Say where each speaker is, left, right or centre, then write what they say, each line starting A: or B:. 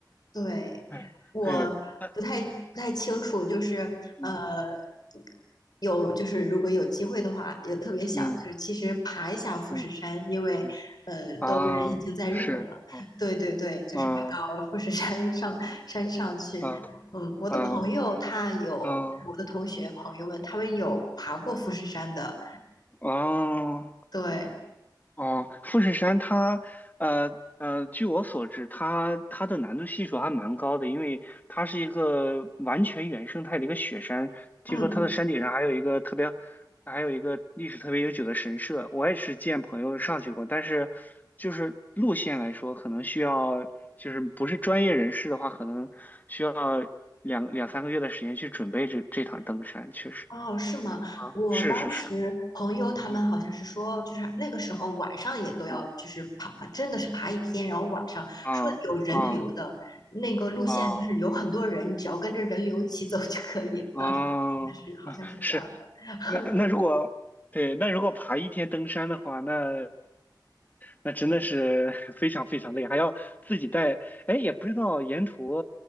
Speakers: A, on the left; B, on the left.
A: 对，
B: <laughs> 对
A: 我不太不太清楚，
B: 对，但
A: 就是呃，
B: 嗯
A: 有就是如果有机会的话，也特别想就是其实爬一下富士山，
B: 嗯嗯。
A: 因为呃都人已经在日本了，
B: 嗯啊，是，嗯，
A: 对对对，就是爬到富士山上山上去。
B: 啊，啊，
A: 嗯，我的朋友他有，
B: 啊，啊，嗯啊。
A: 我的同学朋友们他们有爬过富士山的，
B: 哦
A: 对，
B: 哦，富士山它，呃呃，据我所知，它它的难度系数还蛮高的，因为它是一个完全原生态的一个雪山。听说它的山顶上还有一个特别，
A: 嗯。
B: 还有一个历史特别悠久的神社。我也是见朋友上去过，但是就是路线来说，可能需要就是不是专业人士的话，可能需要两两三个月的时间去准备这这场登山，确实
A: 哦，是吗？
B: 啊，
A: 我当时朋友他们好像是说，
B: 是是是，嗯，
A: 就是那个时候晚上也都要，
B: 哦哦
A: 就是爬，真的是爬一天，然后晚上说有人流的那个路线，
B: 啊啊。啊，
A: 就是有很多人，只要跟着人流一起走就可以。
B: 嗯，
A: 当时真的是好像是这样的，
B: 是，那那如果对，
A: <laughs> 对。
B: 那如果爬一天登山的话，那那真的是 <laughs> 非常非常累，还要自己带。哎，也不知道沿途